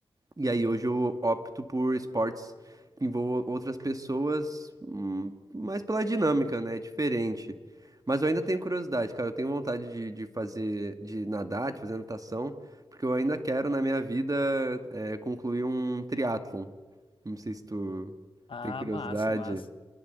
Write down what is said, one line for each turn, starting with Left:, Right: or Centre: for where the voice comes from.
Right: E aí hoje eu opto por esportes que envolvam outras pessoas, hum, mais pela dinâmica, né? Diferente. Mas eu ainda tenho curiosidade, cara. Eu tenho vontade de, de fazer, de nadar, de fazer natação, porque eu ainda quero na minha vida eh, concluir um triatlon. Não sei se tu
Left: Ah,
Right: tem curiosidade.
Left: massa, massa.